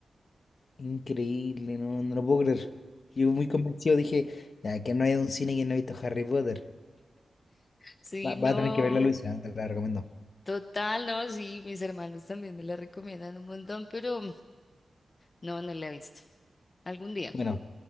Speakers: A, on the left; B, on the left.
A: Increíble, no, no lo puedo creer. Yo muy convencido dije, ya que no hay un cine que no ha visto Harry Potter.
B: Sí,
A: Va,
B: no,
A: va a tener que verla, Luisa, ¿eh? te la recomiendo.
B: total, no, sí, mis hermanos también me la recomiendan un montón, pero no, no la he visto. Algún día,
A: Bueno,